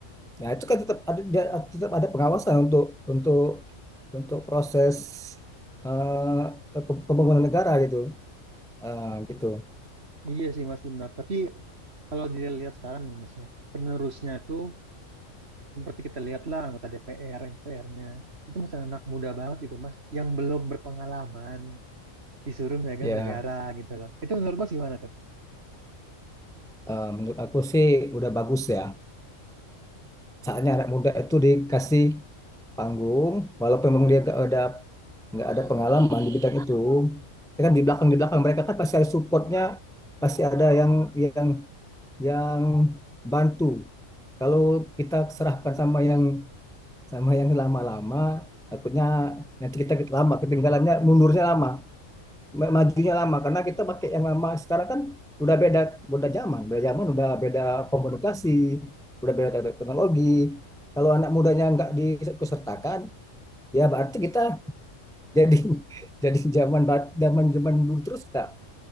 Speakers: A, in the centre; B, on the right.
A: ya itu kan tetap ada dia- tetap ada pengawasan untuk untuk untuk proses eh, pe- pembangunan negara gitu Eh, gitu
B: Iya sih Mas benar. Tapi kalau dilihat sekarang nih Mas ya, penerusnya tuh Seperti kita lihatlah anggota DPR, MPR-nya itu masih anak muda banget gitu mas, yang belum berpengalaman disuruh megang
A: ya
B: negara gitu loh. Itu menurut mas gimana tuh?
A: eh, menurut aku sih udah bagus ya saatnya anak muda itu dikasih panggung walaupun memang dia gak ada nggak ada pengalaman di bidang itu ya kan di belakang di belakang mereka kan pasti ada supportnya pasti ada yang yang yang bantu kalau kita serahkan sama yang sama yang lama-lama takutnya nanti kita lama ketinggalannya mundurnya lama ma- majunya lama karena kita pakai yang lama sekarang kan udah beda beda zaman beda zaman udah beda komunikasi udah beda teknologi kalau anak mudanya nggak dikusertakan ya berarti kita <laughs> jadi jadi zaman ba- zaman zaman dulu terus tak